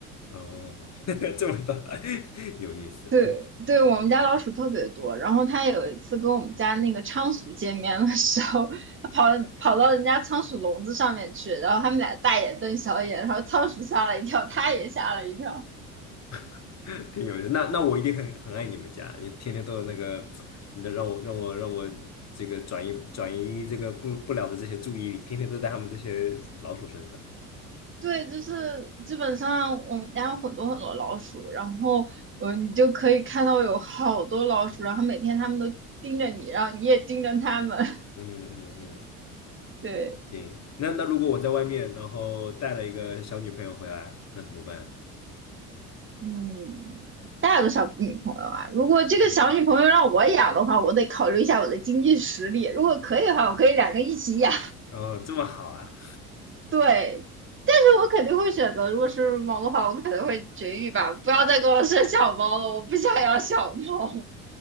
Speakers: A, on the left; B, on the right.
A: 哦，<laughs> 这么大，<laughs> 有意思，
B: 对，对，我们家老鼠特别多。然后他有一次跟我们家那个仓鼠见面的时候，<laughs> 他跑跑到人家仓鼠笼子上面去，然后他们俩大眼瞪小眼，然后仓鼠吓了一跳，他也吓了一跳。
A: <laughs> 挺有意思。那那我一定很很爱你们家，你天天都有那个，那让我让我让我这个转移转移这个不不了的这些注意力，天天都在他们这些老鼠身上。
B: 对，就是基本上我们家有很多很多老鼠，然后呃，你就可以看到有好多老鼠，然后每天它们都盯着你，然后你也盯着它们。<laughs>
A: 嗯嗯嗯，
B: 对，
A: 行。那那如果我在外面，然后带了一个小女朋友回来，那怎么办？
B: 嗯，带了个小女朋友啊，如果这个小女朋友让我养的话，
A: 嗯，
B: 我得考虑一下我的经济实力。如果可以的话，我可以两个一起养。
A: 哦，这么好啊，
B: <laughs> 对，但是我肯定会选择，如果是猫的话，我可能会绝育吧，不要再给我生小猫了，我不想养小猫。